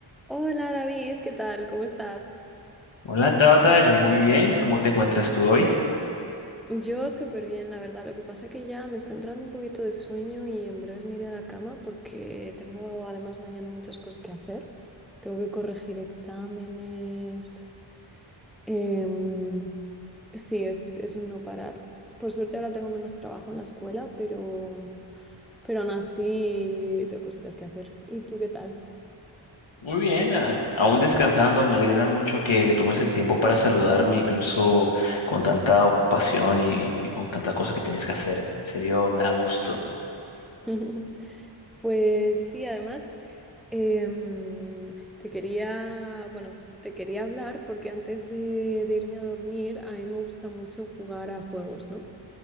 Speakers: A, in the centre; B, on the left (about 75°).
A: Hola David, ¿qué tal? ¿Cómo estás?
B: Hola Tabata, yo muy bien, ¿cómo te encuentras tú hoy?
A: Yo súper bien, la verdad. Lo que pasa que ya me está entrando un poquito de sueño y en breves me iré a la cama porque tengo además mañana muchas cosas que hacer. Tengo que corregir exámenes. Em, sí, es, es un no parar. Por suerte ahora tengo menos trabajo en la escuela, pero, pero aún así tengo cositas que hacer. ¿Y tú qué tal?
B: Muy bien, a- aún descansando, me alegra mucho que te tomes el tiempo para saludarme, incluso con tanta ocupación y, y con tanta cosa que tienes que hacer. En serio, me da gusto.
A: <laughs> Pues sí, además Em, te quería, bueno, te quería hablar porque antes de, de irme a dormir, a mí me gusta mucho jugar a juegos, ¿no?